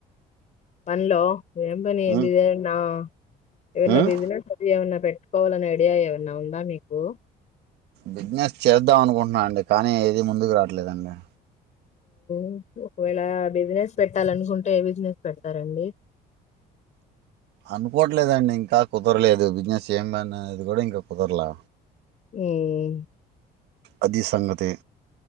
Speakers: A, on the left; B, on the right.
A: పన్లో <unintelligible>
B: ఉమ్,
A: ఎవన్నా
B: ఉమ్,
A: బిజినెస్ అది ఏమన్నా పెట్ట పెట్టుకోవాలని ఐడియా ఏమన్నా ఉందా మీకు
B: బిజినెస్ చేద్దాం అనుకుంటున్నా అండి కానీ ఏది ముందుకు రావట్లేదండి
A: మ్ ఒకవేళ బిజినెస్ పెట్టాలనుకుంటే ఏ బిజినెస్ పెడతారండి
B: అనుకోవట్లేదండి ఇంకా కుదరలేదు బిజినెస్ ఏమని ఆ అది కూడా ఇంకా కుదరలా
A: మ్మ్.
B: అది సంగతి తే